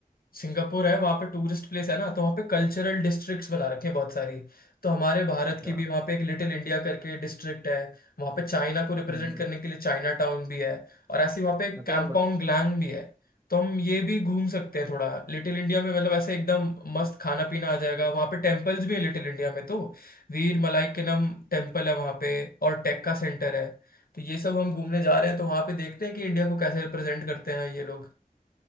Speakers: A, on the left; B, on the right.
A: सिंगापुर है वहां पे टूरिस्ट प्लेस है ना तो वहां पे कल्चरल डिस्ट्रिक्ट्स बना रखे हैं बहुत सारी तो हमारे भारत
B: अच्छा
A: की भी वहां पे एक लिटिल इंडिया करके डिस्ट्रिक्ट है वहां पे चाइना को रिप्रेजेंट
B: हम्म हम्म
A: करने के लिए चाइना टाउन भी है और ऐसे वहां पे
B: हाँ, तो
A: कांगपोंग
B: मैं बत...
A: ग्लैंग भी है तो हम ये भी घूम सकते हैं थोड़ा लिटिल इंडिया में मतलब ऐसे एकदम मस्त खाना पीना आ जाएगा वहां पे टेम्पल्स भी है लिटिल इंडिया में तो वीर मलाई के नाम टेम्पल है वहां पे और टेक्का सेंटर है तो ये सब हम घूमने जा रहे हैं तो वहाँ पे देखते हैं कि इंडिया को कैसे रिप्रेजेंट करते हैं ये लोग